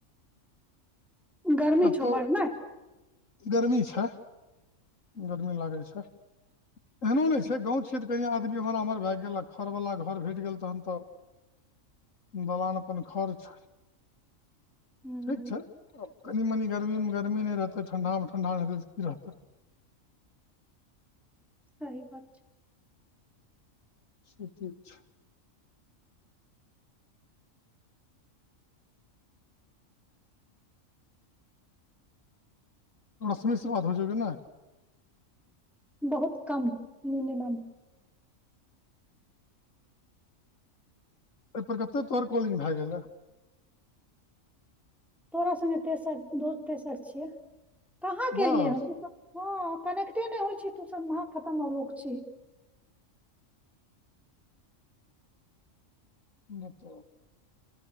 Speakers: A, in the centre; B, on the left (about 75°).
A: गर्मी
B: कतहु
A: छौ बढ़ ने
B: गर्मी छै गरमी लागै छै एहनो नहि छै गाँव छियै तऽ कहीँ आदमी हमर अमर भए गेल आ खरवला घर भेट गेल तखन तऽ दलान अपन खर्च
A: हूँ
B: ठीक छै कनि मनि गर्मीमे गर्मी नहि रहतै ठण्ढामे ठण्ढा नहि रहतै तऽ की रहतै <inaudible>
A: सही बात छै
B: सेच छै रश्मी से बात हो छौउ की नहि
A: बहुत कम कनिमनी
B: एहिपर कतेक तोहर कॉलिंग भए गेलै
A: तोरा सङ्गे तेसर दो तेसर छियै कहाँ कलियै
B: बस
A: ह द हँ कनेक्टे नहि होइ छै तूस महा खतम लोक छी
B: नहि त